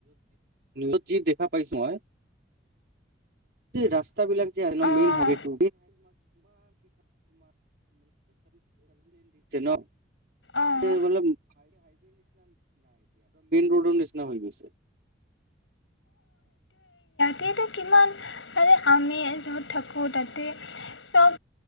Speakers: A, on the right (about 55°); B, on the left (about 85°).
A: নিউজত যি দেখা পাইছো মই ৰাস্তা বিলাক যে একদম
B: অঁ
A: মেইন হেৰীটো <inaudible> <unintelligible> <inaudible> <unintelligible>
B: অঁ
A: মেইন ৰোডৰ নিচিনা হৈ গৈছে
B: কিন্তু কিবা আমি য'ত থাকো তাতে চব